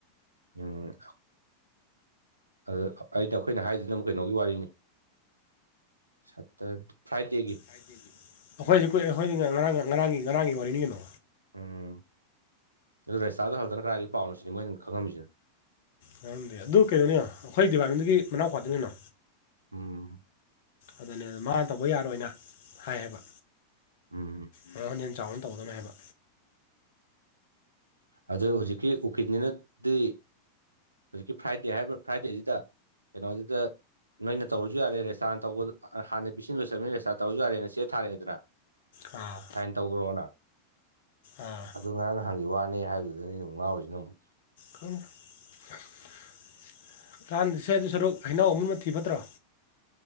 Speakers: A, on the right; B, on the left.
A: ꯎꯝ ꯑꯗꯨꯗ ꯑꯩꯅ ꯑꯩꯈꯣꯏꯅ ꯍꯥꯏꯖꯤꯅ ꯑꯃꯨꯛ ꯀꯩꯅꯣꯒꯤ ꯋꯥꯔꯤꯅꯤ ꯁꯠꯇꯔ ꯐ꯭ꯔꯥꯏꯗꯦꯒꯤ
B: ꯐ꯭ꯔꯥꯏꯗꯦꯒꯤ ꯑꯩꯈꯣꯏꯁꯤ ꯀꯨꯏꯔꯦ ꯑꯩꯈꯣꯏꯗꯤ ꯉꯔꯥꯡ ꯉꯔꯥꯡꯒꯤ ꯉꯔꯥꯡꯒꯤ ꯋꯥꯔꯤꯅꯤ ꯀꯩꯅꯣ
A: ꯎꯝ ꯑꯗꯨ ꯔꯦꯁꯇꯥꯔꯗꯣ ꯍꯜꯂꯛꯇꯅ ꯀꯗꯥꯏꯗꯒꯤ ꯄꯥꯎꯅꯣ ꯁꯤꯅꯤ ꯃꯣꯏꯅ ꯈꯪꯉꯝꯃꯤꯁꯤꯅ
B: ꯈꯪꯗꯦ ꯑꯗꯨ ꯀꯩꯅꯣꯅꯤ ꯑꯩꯈꯣꯏ ꯗꯤꯄꯥꯔꯠꯃꯦꯟꯗꯒꯤ ꯃꯅꯥꯎꯄꯥ ꯗꯨ ꯀꯩꯅꯣ
A: ꯎꯝ
B: ꯑꯗꯨꯅꯦ ꯑꯗ ꯃꯥꯅ ꯇꯧꯕ ꯌꯥꯔꯣꯏꯅ ꯍꯥꯏ ꯍꯥꯏꯕ
A: ꯎꯝ
B: ꯃꯉꯣꯟ ꯍꯦꯟ ꯆꯥꯎꯕꯅ__ ꯇꯧꯒꯗꯕꯅꯦ ꯍꯥꯏꯕ
A: ꯑꯗꯨ ꯍꯧꯖꯤꯛꯀꯤ ꯎꯀꯤꯟꯗꯨꯅꯗꯤ ꯍꯧꯖꯤꯛꯀꯤ ꯐ꯭ꯔꯥꯏꯗꯦ ꯍꯥꯏꯔꯤꯕ ꯐ꯭ꯔꯥꯏꯗꯦꯁꯤꯗ ꯀꯩꯅꯣꯖꯤꯗ ꯅꯣꯏꯅ ꯇꯧꯔꯁꯨ ꯌꯥꯔꯦ ꯔꯦꯁꯇꯥꯔꯅ ꯇꯧꯕ ꯍꯥꯟꯅ ꯄꯤꯁꯤꯟꯕ ꯆꯪꯉꯦ ꯔꯦꯁꯇꯥꯔꯅ ꯇꯧꯔꯁꯨ ꯌꯥꯔꯦꯅ ꯆꯦ ꯊꯔꯛꯑꯦꯗꯅ
B: ꯑꯥ
A: ꯇꯧꯒ꯭ꯔꯣꯅ
B: ꯑꯥ
A: ꯑꯗꯨꯒ ꯅꯍꯥꯟꯒꯤ ꯋꯥꯅꯦ ꯍꯥꯏꯕꯗꯨꯗꯅꯤ ꯑꯩꯅ ꯑꯃꯨꯛ ꯉꯥꯎꯔꯤꯁꯤꯅ ꯑꯃꯨꯛ
B: ꯈꯪ <unintelligible> ꯀꯥꯟꯗꯦꯁꯦ ꯑꯗꯨ ꯁꯔꯨꯛ ꯍꯩꯅꯧ ꯑꯃꯨꯟꯕ ꯊꯤ ꯐꯠꯇ꯭ꯔꯣ